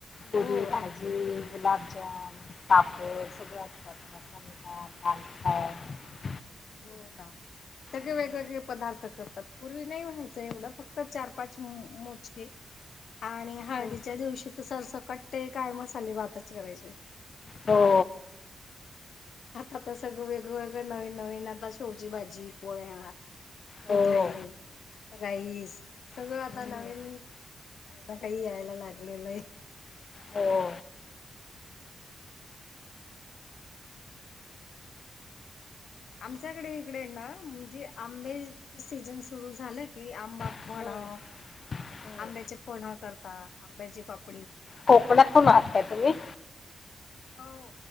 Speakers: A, on the left; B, on the left.
A: पुरी,
B: हो
A: भाजी
B: आ
A: गुलाबजाम, पापड सगळे असतात मसाले भात <unintelligible>
B: हो ना सगळे
A: हम्म.
B: वेगवेगळे पदार्थ करतात. पूर्वी नाही व्हायचं एवढं फक्त चार पाच मोजके. आणि हळदीच्या
A: हं.
B: दिवशी तर सरसकट ते काय मसाले भातच करायचे.
A: हो.
B: आता तर सगळं वेगळ वेगळ नवीन नवीन, आता शेवची भाजी पोळ्या मिठाई,
A: हो
B: राईस सगळं
A: हम्म.
B: आता नवीन काहीना काही यायला लागलेल हाय.
A: हो्.
B: आमच्याकडे इकडे ना म्हणजे आंब्याच सीझन सुरू झालं की आंबा
A: हम्म.
B: पनं,
A: हम्म.
B: आंब्याचे पनं करता आंब्याची पाप
A: कोकणात तून आनताय तुम्ही?
B: हो.